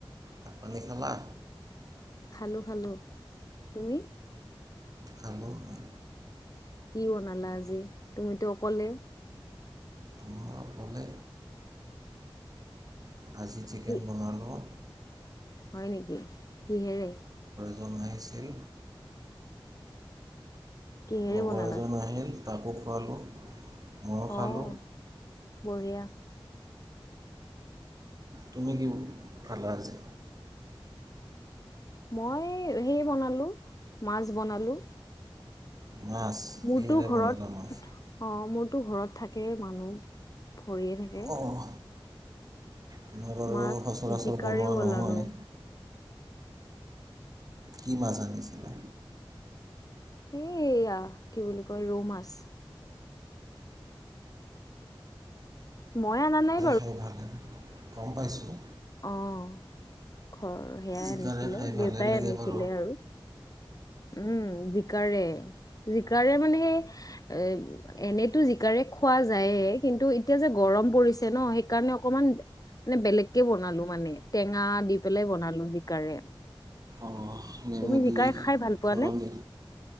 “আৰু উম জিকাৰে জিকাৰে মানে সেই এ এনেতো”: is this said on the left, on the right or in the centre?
Left